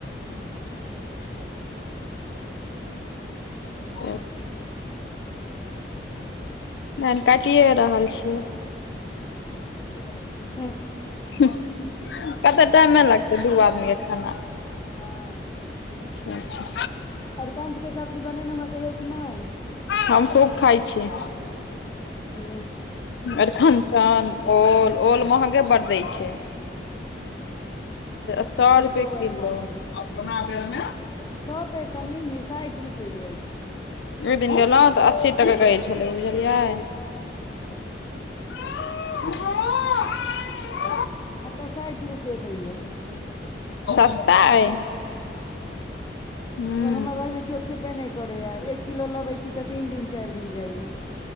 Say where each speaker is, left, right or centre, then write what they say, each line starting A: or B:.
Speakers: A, on the left; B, on the left.
A: <inaudible>
B: से छै।
A: <inaudible>
B: <unintelligible> काटिे रहल छियै।
A: काटिए रहल छी।
B: हुं कते टाइमे लगतै द आदमीक के खाना?
A: हाँ
B: अच्छा
A: अरिकंजके सब्जी बनेेलहुँ हँ कहियौ कि नहि?
B: हम खूब खइ छै।
A: खूब खाये छी।
B: अरखन ओल, ओल महंगे बड दय छै।
A: ओ
B: सौ
A: ओल तऽ
B: रुपए
A: एतो
B: किलो
A: बड महग छी,
B: अपना
A: सए
B: बेर मे
A: त सौ तऽएता नहि साठ रुपआ हो जाइ छै।
B: ओय दिन गेलहुं तऽ अस्सी टके कहै छलै बुझलियै?
A: <unintelligible>
B: अ <inaudible> <inaudible>
A: अतऽ साइठि रुपए दै या।
B: सस्ता अए।
A: हाँ
B: हूँ
A: हमर घरमे कियो खेबे नहि करैए, एक किलो लबैत छी तऽ तीन दिन चारि दिन जाइए।